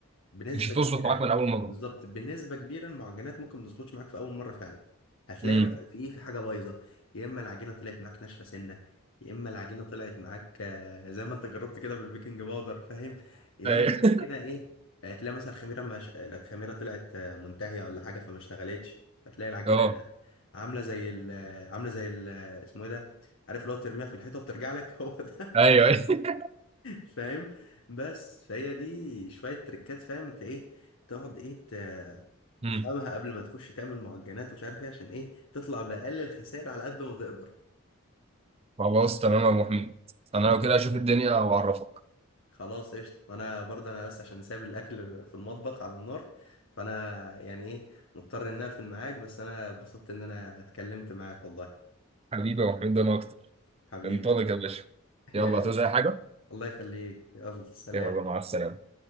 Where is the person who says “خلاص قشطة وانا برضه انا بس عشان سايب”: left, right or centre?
Left